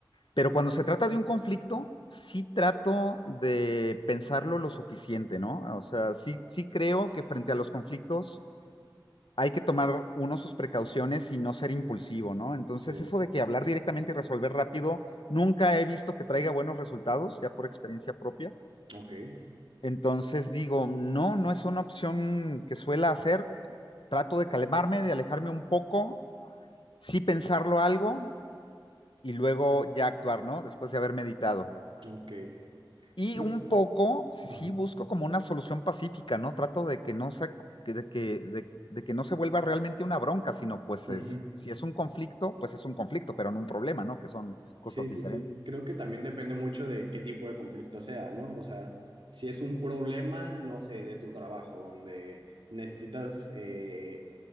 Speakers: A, on the left; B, on the right.
A: pero cuando se trata de un conflicto, sí trato de pensarlo lo suficiente, ¿no? O sea, sí, sí creo que frente a los conflictos hay que tomar uno sus precauciones y no ser impulsivo, ¿no? Entonces,
B: sí,
A: eso de que hablar directamente y resolver rápido, nunca he visto que traiga buenos resultados, ya por experiencia propia.
B: ok,
A: Entonces digo, no, no es una opción que suela hacer. Trato de calmarme, de alejarme un poco, sí pensarlo algo y luego ya actuar, ¿no? Después de haber meditado.
B: ok.
A: Y
B: Yo-
A: un poco sí
B: Ajá.
A: busco como una solución pacífica, ¿no? Trato de que no se, que- de que, de, de que no se vuelva realmente una bronca, sino pues
B: ujú.
A: es, si es un conflicto, pues es un conflicto, pero no un problema, ¿no? Que son cosas
B: Sí,
A: diferentes.
B: sí, sí. Creo que también
A: Ujú.
B: depende mucho de qué tipo de conflicto sea, ¿no? O sea, si es un problema, no sé, de tu trabajo, donde necesitas eh,